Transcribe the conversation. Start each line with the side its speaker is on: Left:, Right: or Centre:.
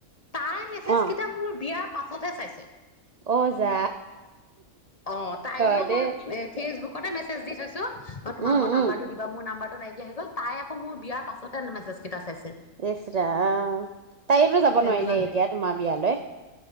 Left: তাইৰ মেছেজ
Right: অ
Left: কিটা মোৰ বিয়াৰ পাছ তাতহে চাইছে।
Right: অ যা
Left: অ তাইলেও
Right: হয় দেই
Left: মই ফেচবুকতে মেছেজ দি থৈছো তোমালোকৰ
Right: উম উম
Left: নম্বাৰটো দিবা মোৰ নাম্ব আৰু নাই। তি আহি গ'ল, তাই আকৌ মোৰ বিয়াৰ পাছতেহেন মেছেজ কেইটা চাইছে
Right: ইছ ৰাম। অহ, তাইতো যাব
Left: তেনেকুৱা
Right: নোৱাৰিলে এতিয়া তোমাৰ বিয়ালৈ,